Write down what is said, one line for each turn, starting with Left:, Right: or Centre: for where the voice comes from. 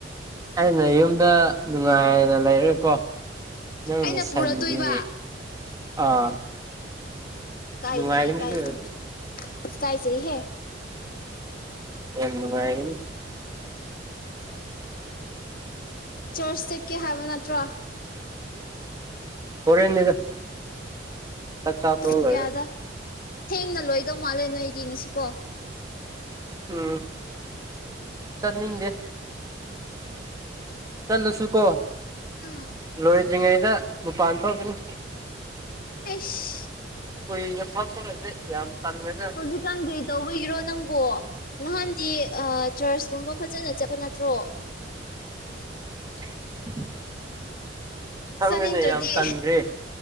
Right: ꯑꯩꯅ ꯌꯨꯝꯗ ꯅꯨꯡꯉꯥꯏꯅ ꯂꯩꯔꯒꯀꯣ ꯅꯪꯅ
Left: ꯑꯩꯅ
Right: ꯁꯟꯒꯤ
Left: ꯄꯨꯔꯛꯇꯣꯏꯕ
Right: ꯑꯥ
Left: ꯀꯥꯏ
Right: ꯅꯨꯡꯉꯥꯏꯒꯅꯤ
Left: ꯖꯩ ꯀꯥꯏ
Right: ꯑꯗꯨ ꯑꯣꯏꯔꯗꯤ
Left: ꯖꯩ ꯏꯀꯥꯏ ꯖꯩ ꯍꯦ
Right: ꯌꯥꯝ ꯅꯨꯉꯥꯢꯒꯅꯤ
Left: ꯆ꯭ꯔꯆ ꯆꯠꯀꯦ ꯍꯥꯏꯕ ꯅꯠꯇ꯭ꯔꯣ
Right: ꯍꯣꯔꯦꯟꯅꯦꯗ ꯆꯥꯛ ꯆꯥ
Left: ꯄꯨꯡ
Right: ꯊꯣꯛ ꯂꯣꯢꯔꯒ
Left: ꯀꯌꯥꯗ ꯊꯦꯡꯅ ꯂꯣꯏꯗꯧ ꯃꯥꯜꯂꯦ ꯅꯣꯏꯒꯤ ꯉꯁꯤꯀꯣ
Right: ꯎꯝ ꯆꯠꯅꯤꯡꯗꯦ ꯆꯠꯂꯨꯁꯨ ꯀꯣ
Left: ꯎꯝ
Right: ꯂꯣꯏꯗ꯭ꯔꯤꯉꯩꯗ ꯃꯄꯥꯟ ꯊꯣꯛꯀꯅꯤ
Left: ꯑꯥꯁ
Right: ꯀꯨꯏꯅ ꯐꯝꯕꯒꯖꯦ ꯌꯥꯝ ꯇꯟ ꯒꯔꯖꯠꯅꯤ
Left: ꯍꯧꯖꯤꯛꯀꯥꯟ ꯀꯔꯤ ꯇꯧꯕꯒꯤꯔꯣ ꯅꯪꯕꯣ ꯅꯍꯥꯟꯗꯤ ꯆꯔꯆꯀꯨꯝꯕ ꯐꯖꯅ ꯆꯠꯄ ꯅꯠꯇ꯭ꯔꯣ
Right: <unintelligible> ꯈꯪꯗꯦꯅꯦ
Left: ꯆꯠꯅꯤꯡꯗ꯭ꯔꯗꯤ
Right: ꯌꯥꯝ ꯇꯟꯈ꯭ꯔꯦ